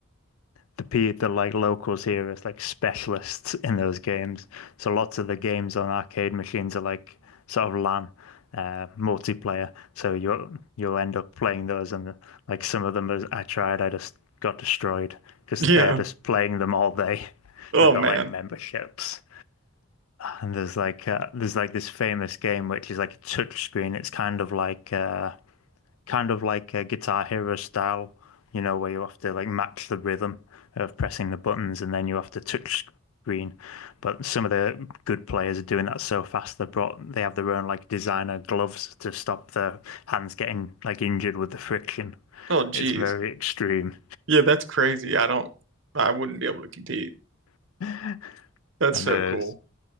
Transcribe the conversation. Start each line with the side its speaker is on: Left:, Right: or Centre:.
Left: the pe the like locals here as like specialists in those games. So lots of the games on arcade machines are like sort of LAN uh, multiplayer. So you'll you'll end up playing those, and like some of them as I tried, I just got destroyed because
Right: Yeah.
Left: they're just playing them all day. <laughs>
Right: Oh
Left: They've got
Right: man.
Left: like memberships, and there's like uh, there's like this famous game which is like a touch screen. It's kind of like uh, kind of like a Guitar Hero style, you know, where you have to like match the rhythm of pressing the buttons and then you have to touch screen. But some of the good players are doing that so fast. They brought they have their own like designer gloves to stop their hands getting like injured with the friction.
Right: Oh geez.
Left: It's very extreme.
Right: Yeah, that's crazy. I don't I wouldn't be able to compete.
Left: <laughs> And
Right: That's so
Left: there's
Right: cool.